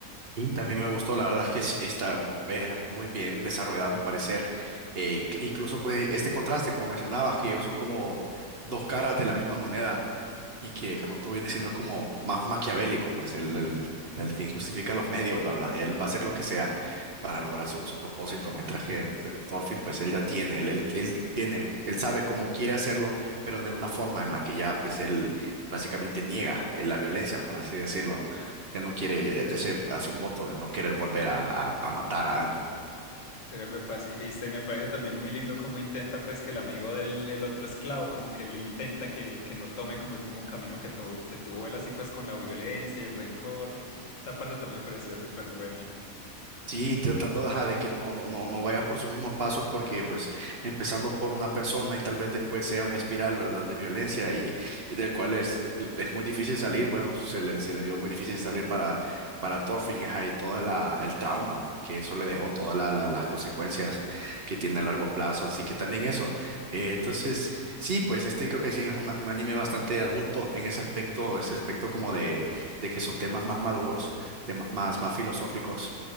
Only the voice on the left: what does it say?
Se vuelve pacifista y me parece también muy lindo cómo intenta pues que el amigo del el otro esclavo como que le intenta que, que no tome como el mismo camino que, tu- que tuvo él así pues con la violencia y el rencor. Esa parte también me pareció súper buena.